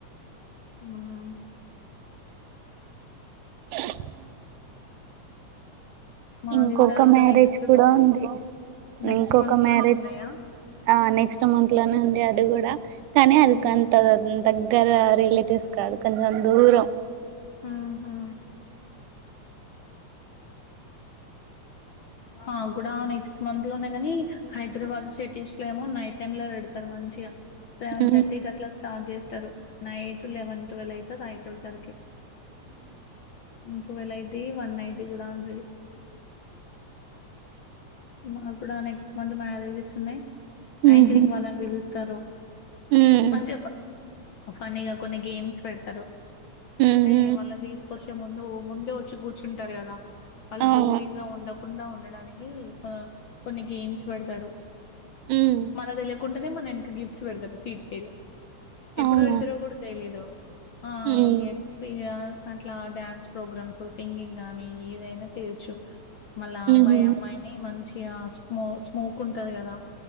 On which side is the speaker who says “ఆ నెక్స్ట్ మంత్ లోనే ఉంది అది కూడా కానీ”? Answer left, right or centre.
Right